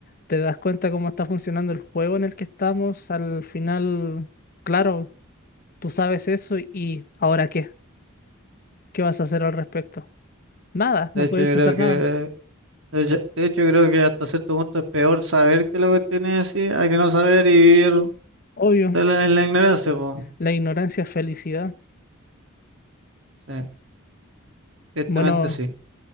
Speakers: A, on the left; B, on the right.
A: te das cuenta cómo está funcionando el juego en el que estamos, al final, claro, tú sabes eso y ¿ahora qué? ¿Qué vas a hacer al respecto? Nada,
B: De
A: no
B: hecho,
A: puedes
B: yo creo
A: hacer
B: que,
A: nada.
B: eh, de hecho, de hecho, creo que hasta cierto punto es peor saber que lo que tiene así, hay que no saber y vivir.
A: Obvio,
B: De la- en la ignorancia, pues.
A: la ignorancia es felicidad.
B: Sí, directamente
A: Bueno,
B: sí.